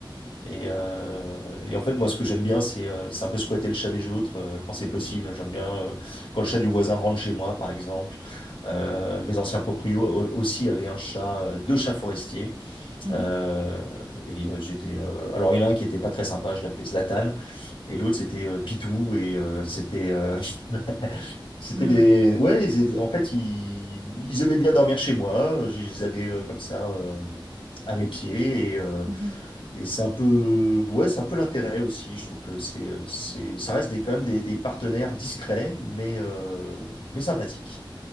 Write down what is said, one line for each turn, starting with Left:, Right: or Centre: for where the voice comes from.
Left: et, euh, et en fait, moi, ce que j'aime bien, c'est euh, c'est un peu squatter le chat des autres euh, quand c'est possible. J'aime bien euh, quand le chat du voisin rentre chez moi, par exemple. Euh, mes anciens proprios au- aussi avaient un chat, euh, deux chats forestiers.
Right: mhm,
Left: Euh, et euh, j'étais. euh, alors, il y en a un qui était pas très sympa, je l'appelais Zlatan, et l'autre c'était euh, Pitou, et euh, c'était euh, <laughs> c'était
Right: mm.
Left: des. Ouais, ils étaient- en fait, ils, ils aimaient bien dormir chez moi. Je les avais euh, comme ça euh, à mes pieds,
Right: Mhm.
Left: et c'est un peu, ouais, c'est un peu l'intérêt aussi. Je trouve que c'est, euh, c'est, ça reste des, quand même des, des partenaires discrets, mais, euh, mais sympathiques.